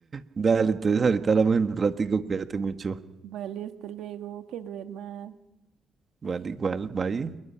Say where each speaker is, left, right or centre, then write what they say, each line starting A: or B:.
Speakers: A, on the right; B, on the right.
A: Dale, entonces ahorita hablamos en un ratico, cuídate mucho.
B: Vale, hasta luego, que duermas.
A: Vale, igual, bye.